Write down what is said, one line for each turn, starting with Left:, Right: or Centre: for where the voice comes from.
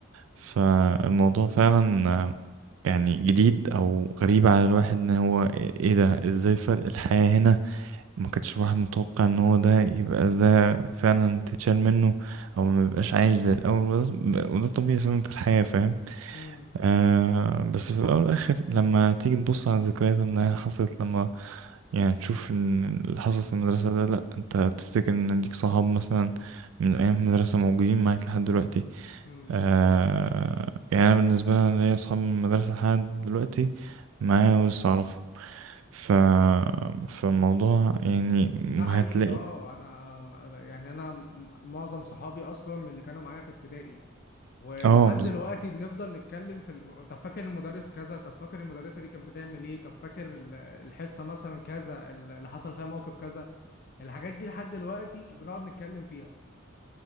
Right: فالموضوع فعلا آه، يعني جديد او غريب على الواحد ان هو ايه ده ازاي فرق الحياة هنا ما كانش الواحد متوقع ان هو ده يبقى ده فعلا تتشال منه او ما يبقاش عايش زي الاول وده وده طبيعي سنة الحياة فاهم
Left: امم
Right: آه بس في الأول والآخر لما تيجي تبص على الذكريات إنها حصلت لما يعني تشوف إن اللي حصل في المدرسة ده لأ أنت تفتكر إن ليك صحاب مثلا من أيام المدرسة موجودين معاك لحد دلوقتي
Left: امم
Right: آه يعني أنا بالنسبة لي أنا ليا صحاب من المدرسة لحد دلوقتي معايا ولسه أعرفهم ف فالموضوع يعني
Left: ده حقيقي
Right: هتلاقي
Left: اه انا أم- يعني انا م- معظم صحابي اصلا من اللي كانوا معايا في ابتدائي ولحد
Right: اه
Left: دلوقتي بنفضل نتكلم في الب... طب فاكر المدرس كذا طب فاكر المدرسة دي كانت بتعمل ايه طب فاكر ال- الحصة مثلا كذا ال- اللي حصل فيها موقف كذا الحاجات دي لحد دلوقتي بنقعد نتكلم فيها